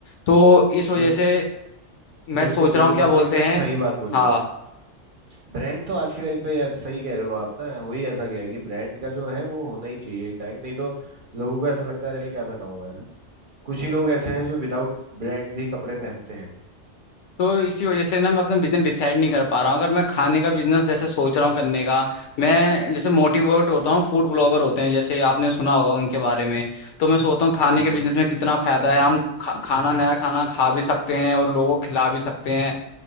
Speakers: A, on the left; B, on the right.
A: तो इस वजह
B: ये
A: से मैं
B: बिल्कुल
A: सोच
B: बिल्कुल
A: रहा हूँ क्या
B: आपने
A: बोलते
B: एकदम
A: हैं
B: सही बात बोली
A: हाँ
B: ब्रांड तो आज के टाइम पे यार सही कह रहे हो आप ना हो ही ऐसा गया है कि ब्रांड का जो है वो होना ही चाहिए टैग नहीं तो लोगों को ऐसा लगता रहे क्या पहना हुआ है कुछ ही लोग ऐसे हैं जो विदाउट ब्रांड भी कपड़े पहनते हैं
A: तो इसी वजह से ना मैं अपना बिजनेस डिसाइड नहीं कर पा रहा हूँ अगर मैं खाने का बिजनेस जैसे सोच रहा हूँ करने का मैं जैसे मोटिवेट होता हूँ फूड ब्लॉगर होते हैं जैसे आपने सुना होगा उनके बारे में तो मैं सोचता हूँ खाने
B: बिल्कुल
A: के बिजनेस में कितना फायदा है हम खा, खाना नया खाना खा भी सकते हैं और लोगों को खिला भी सकते हैं